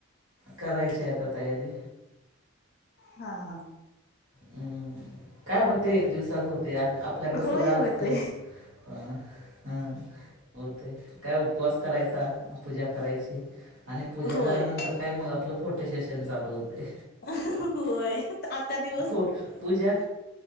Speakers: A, on the right; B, on the left.
A: करायचीय आता तयारी
B: हा हा
A: हं काय होते. एक दिवसात होते आपल्याकडे सगळं
B: होय
A: असतचं
B: होतय
A: हं हा होतेय काय उपवास करायचा, पूजा करायची आणि पूजा
B: होय
A: झाल्यानंतर काय मग आपलं फोटो सेशन चालू होतेय
B: <inaudible> व्हय आता दिव
A: पूजा